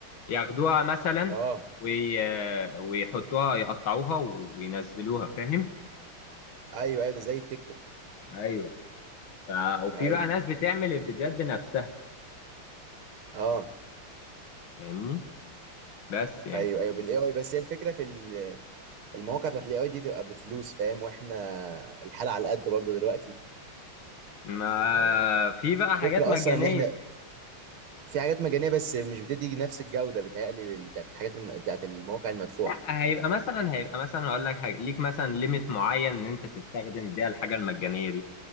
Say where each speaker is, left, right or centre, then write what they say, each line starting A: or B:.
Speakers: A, on the left (about 75°); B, on the right (about 85°).
A: ياخدوها مثلا
B: اه
A: وي... ويحطوها يقطعوها وينزلوها فاهم
B: ايوه ايوه ده زي التيك توك
A: ايوه ف... وفي
B: ايوه
A: بقى ناس بتعمل الفيديوهات بنفسها
B: اه
A: فاهمني بس يعني
B: ايوه ايوه بالاي اي بس هي الفكره في ال- المواقع بتاعت الاي اي دي تبقى بفلوس فاهم واحنا الحاله على قد برضه دلوقتي
A: ما
B: والفكره
A: في بقى حاجات مجانية
B: اصلا ان احنا في حاجات مجانيه بس مش بتدي نفس الجوده بتهيألي بتاعت الحاجات الم... بتاعت المواقع المدفوعه
A: لا هيبقى مثلا هيبقى مثلا هقول لك حاجة ليك مثلا ليميت معين ان انت تستخدم بيها الحاجة المجانية دي